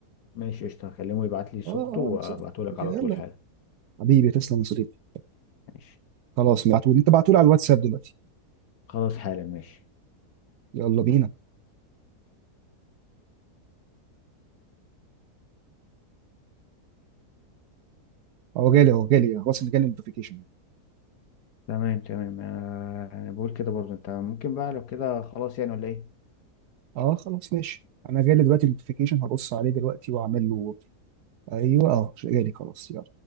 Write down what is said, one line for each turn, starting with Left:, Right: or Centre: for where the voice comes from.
Left: ماشي قشطة هكلمه يبعت لي صورته
Right: اه
Left: وأبعته
Right: اه س-
Left: لك على
Right: يلا
Left: طول حالا
Right: حبيبي تسلم يا صديقي
Left: ماشي
Right: خلاص بعتوا لي انت بعتوا لي على الواتساب دلوقتي
Left: خلاص حالا ماشي
Right: يلا بينا اهو جالي اهو جالي خلاص انا جالي نوتيفيكيشن
Left: تمام تمام آه، انا بقول كده برضو انت ممكن بقى لو كده خلاص يعني ولا ايه
Right: اه خلاص ماشي انا جالي دلوقتي نوتيفيكيشن هبص عليه دلوقتي واعمل له ايوه اهو جالي خلاص يلا